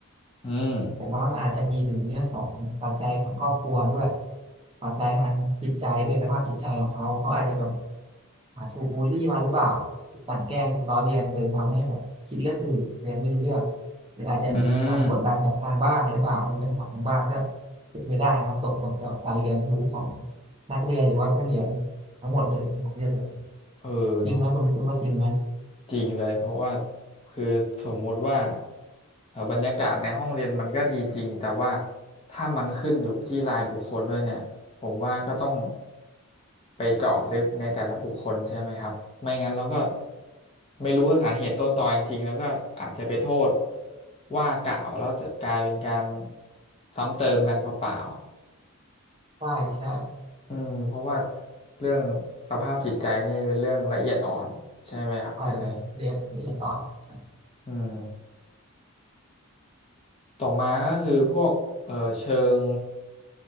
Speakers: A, on the left; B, on the right.
A: อืม
B: ผมว่ามันอาจจะมีถึงเรื่องของปัจจัยของครอบครัวด้วยปัจจัยทางจิตใจด้วยสภาพจิตใจของเขาเขาอาจจะแบบอาถูกบูลลี่มาหรือเปล่าถูกกลั่นแกล้งถูกล้อเลียนเลยทำให้แบบคิดเรื่องอื่นเรียนไม่รู้เรื่องหรืออาจจะมีการกดดันจากทางบ้านหรือเปล่ามีปัญหาทางบ้านก็
A: อืม
B: เป็นไปได้นะครับส่งผลต่อการเรียนรู้ของนักเรียนหรือว่าผู้เรียนทั้งหมดเลยนะครับเรียกเลย
A: เออเนาะ
B: จริงไหมคุณคุณว่าจริงไหม
A: จริงเลยเพราะว่าคือสมมุติว่าเอ่อบรรยากาศในห้องเรียนมันก็ดีจริงแต่ว่าถ้ามันขึ้นอยู่ที่รายบุคคลด้วยเนี่ยผมว่าก็ต้องไปเจาะลึกในแต่ละบุคคลใช่ไหมครับไม่งั้นเราก็ไม่รู้สาเหตุต้นตอจริงๆแล้วก็อาจจะไปโทษว่ากล่าวแล้วจะกลายเป็นการซ้ำเติมกันเปล่า
B: ใช่ใช่
A: ๆอืมเพราะว่าเรื่องสภาพจิตใจนี่เป็นเรื่องละเอียดอ่อนใช่ไหมครับเพื่อนเนย
B: ใช่เรียนละเอียดอ่อนใช่
A: อืม ต่อมาก็คือพวกเอ่อเชิง